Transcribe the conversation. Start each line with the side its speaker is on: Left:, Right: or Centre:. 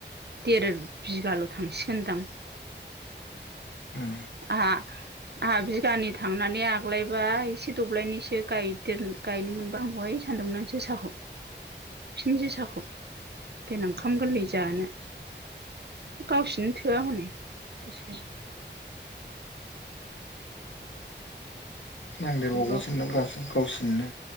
Right: देर बिगाल' थांसिगोनदां
Left: उम
Right: आहा आहा बिगानै थांनानै आग्लायबा एसे दब्लायनिसो गायदेर गायनो मोन बा हामगौहाय सानदोंमोन आं जोसाखौ फिन जोसाखौ देनां ओंखाम गोरलै जानो गावसनो थोआ हनै जोसाया
Left: थोबावासोदां
Right: बेबा
Left: गावसिन गावसिननो